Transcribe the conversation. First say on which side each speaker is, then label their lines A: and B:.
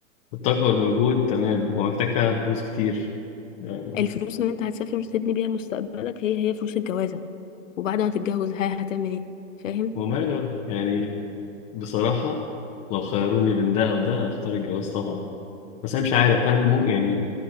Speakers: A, on the left (about 35°); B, on the left (about 75°).
A: الطاقة والمجهود تمام هو محتاج فعلا فلوس كتير يعني
B: الفلوس اللي انت هتسافر وتبني بيها مستقبلك هي هي فلوس الجوازه وبعد ما تتجوز ها هتعمل ايه فاهم
A: وماله بقى؟ يعني بصراحة لو خيروني بين ده أو ده أختار الجواز طبعا بس أنا مش عارف هل ممكن يعني